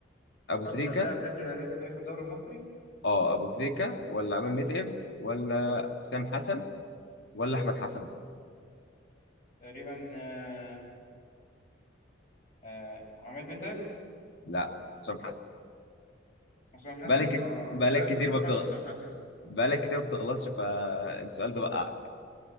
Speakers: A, on the left; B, on the left.
A: ابو
B: اكتر
A: تريكة
B: لاعب سجل اهداف في تاريخ الدوري المصري
A: اه ابو تريكة ولا عماد متعب ولا حسام حسن ولا احمد حسن
B: تقريبا آه، آه، عماد متعب
A: لا حسام حسن
B: حسام حسن
A: بقالك كت-
B: اه
A: بقالك
B: مش عارف
A: كتير
B: ليه ما توقعتش
A: ما بتغ...
B: حسام حسن
A: بقالك كتير ما بتغلطش فالسؤال ده وقعك